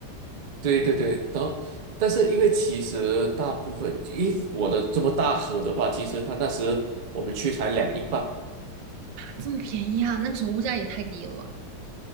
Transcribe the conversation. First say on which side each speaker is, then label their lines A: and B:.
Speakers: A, on the right; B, on the right.
A: 对对对，然后但是因为其实大部分，因为我的这么大盒的话，其实他那时我们去才两英镑，
B: 这么便宜啊？那个时候物价也太低了吧。